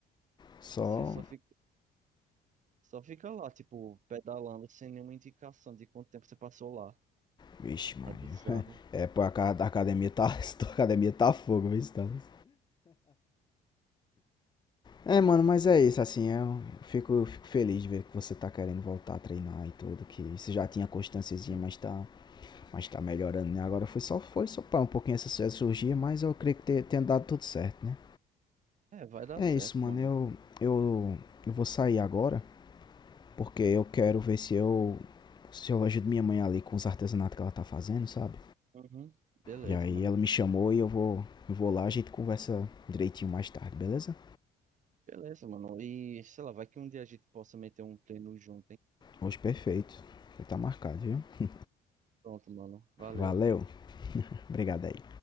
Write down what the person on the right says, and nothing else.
você só fica, só fica lá, tipo, pedalando sem nenhuma indicação de quanto tempo você passou lá.
É bizarro.
Uhum.
É, vai dar
certo,
mano.
Uhum. Beleza,
mano.
Beleza, mano. E sei lá, vai que um dia a gente possa meter um treino junto, hein?
Pronto, mano. Valeu.